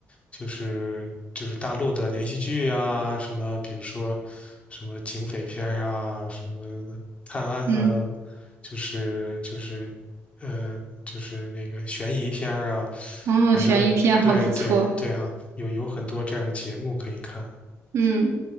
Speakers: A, on the left; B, on the right.
A: 就是就是大陆的连续剧啊，什么比如说什么警匪片儿啊，什么探案呃，
B: 嗯，
A: 就是就是呃就是那个悬疑片儿啊，
B: 哦，
A: 反正对对对啊，
B: 悬疑片很不错。
A: 有有很多这样的节目可以看。
B: 嗯，